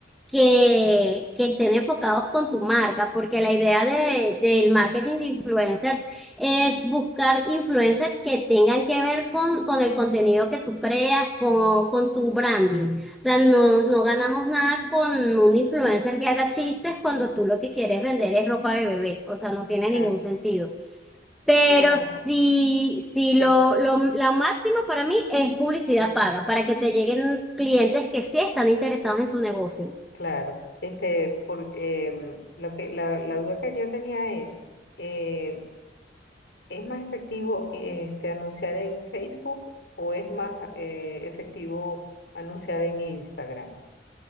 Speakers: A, in the centre; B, on the left.
A: que, que estén enfocados con tu marca, porque la idea de, del marketing de influencers es buscar influencers que tengan que ver con, con el contenido que tú creas, con, con tu branding. O sea, no, no ganamos nada con un influencer que haga chistes cuando tú lo que quieres vender es ropa de bebé, o sea, no tiene
B: Claro.
A: ningún sentido. Pero
B: Y ajá,
A: si, si
B: te-
A: lo, lo, lo máximo para mí es publicidad paga, para que te lleguen clientes que sí están interesados en tu negocio.
B: claro. Este, porque em, lo que, la, la duda que yo tenía es, eh, ¿es más efectivo este, anunciar en Facebook o es más eh, efectivo anunciar en Instagram?